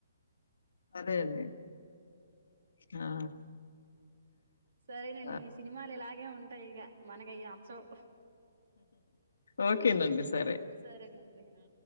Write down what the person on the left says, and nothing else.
అదే అండి ఆ!
ఆ!
ఓకేనండి సరే